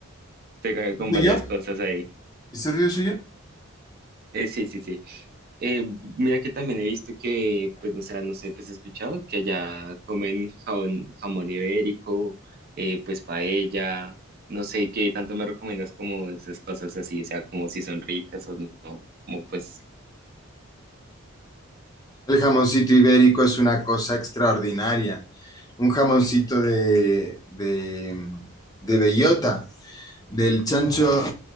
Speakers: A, on the right (about 45°); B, on the left (about 15°).
A: se cae con
B: ¿Suyo?
A: varias cosas ahí.
B: ¿Ese ruido es suyo?
A: Eh, sí, sí, sí. Eh, mira que también he visto que, pues, no sé, no sé, pues he escuchado que allá comen jabón- jamón ibérico, eh, pues paella, no sé qué tanto me recomiendas como esas cosas así, o sea, como si son ricas o no, no, como pues,
B: El jamoncito ibérico es una cosa extraordinaria. Un jamoncito de, de, de bellota, del chancho